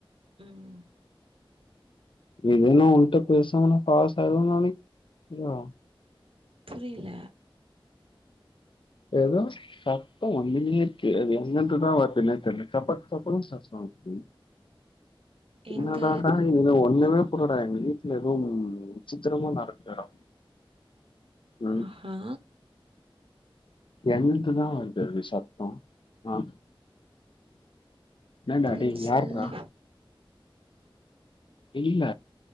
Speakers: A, on the right; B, on the left.
A: ம்
B: இதே நா உண்ட்ட பேசாமா நா பாஸ் ஆய்டு நானே இல்லயா
A: புரியல
B: எத சத்தோ வந்துனே இருக்கே அது எங்கருந்தா வருதுனே தெர்ல சப்பத்து சப்பளு சத்தோ இருக்கு என்னதாடா
A: எங்க
B: இது என்ன ஒண்ணுமே புர்லடா எனக் எங்க வீட்ல எதுவு விசித்திரமா நடக்குதுடா ம்
A: ஆஹா
B: எங்குட்டுதா வருது அது சத்தோ ஆ என்னடா
A: ம்
B: டேய்
A: சொல்லு
B: யார்ரா இல்ல